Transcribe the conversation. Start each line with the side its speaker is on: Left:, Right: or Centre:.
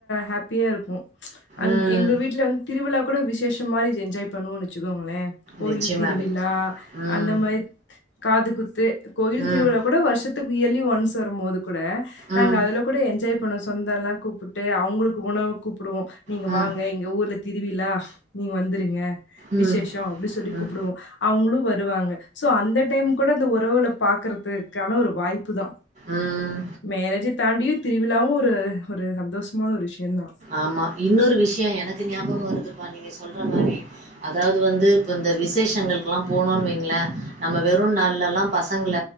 Left: ஹாப்பியா இருக்கு ச் அந்த்
Right: ம்.
Left: எங்க வீட்டுல வந்து திருவிழா கூட விசேஷ மாரி என்ஜாய் பண்ணுவோனு வச்சுக்கோங்களே கோயில்
Right: நிச்சயமாவே.
Left: திருவிழா
Right: ம்.
Left: அந்த மாரி காது குத்து கோயில்
Right: ம்.
Left: திருவிழா கூட வருஷத்துக்கு இயர்லி ஒன்ஸ் வரும் போது கூட நாங்க
Right: ம்.
Left: அதுல கூட என்ஜாய் பண்ணோ சொந்தோலா கூப்பிட்டு அவங்களுக் உணவுக்கு கூப்பிடுவோ நீங்க
Right: ம்.
Left: வாங்க எங்க ஊரு திருவிழா நீங்க வந்துருங்க
Right: ம். ம்.
Left: விசேஷஷோ அப்டி சொல்லி
Right: ம்.
Left: கூப்பிடுவோ அவங்களு வரு வருவாங்க சோ அந்த டைம் கூட அந்த உறவுகள பாக்குறதுக்கான ஒரு வாய்ப்பு தா
Right: ம்.
Left: மேரேஜ தாண்டியு திருவிழாவு ஒரு ஒரு சந்தோஷமான ஒரு விஷயோ தா
Right: ஆமா இன்னொரு விஷ்யோ எனக்கு ஞாபகோ வருதுப்பா நீங்க சொல்ற மாரி அதாவது வந்து இப்ப இந்த விசேஷங்களுக்குல்லா போனோன்னு வைங்களே நம்ம வெறு நாள்லல்லா பசங்கள